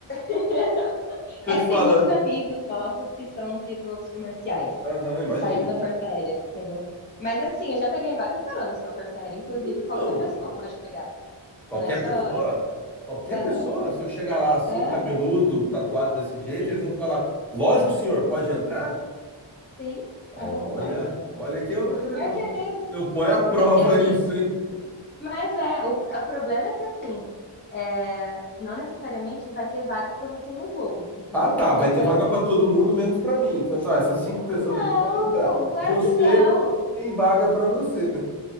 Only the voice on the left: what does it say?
<laughs>
É
que
tem muitos amigos nossos que são pilotos comerciais,
que saíram da Força Aérea, entendeu? Mas assim, eu já peguei várias caronas com a Força Aérea, inclusive
qualquer pessoa pode pegar.
Não é só
isso.
Aham,
aham,
sim,
sim, à
vontade.
Pior
que é mesmo.
Só que assim,
mas é, o, o problema é que assim, é, não necessariamente vai ter vaga para você no voo, entendeu?
Tanto
é
que.
Não,
claro
que não.